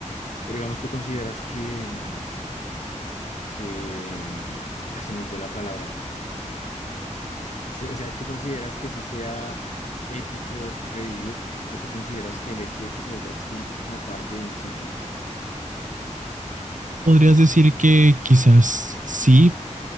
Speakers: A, on the left; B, on the right.
A: o digamos, tú consideras que, mm, que, mm, ah, se me fue la palabra, Se- o sea, tú consideras que sí sea ético revivir, o tú consideras que el hecho de que se haya extinto es como parte de un ciclo,
B: Podrías decir que quizás sí,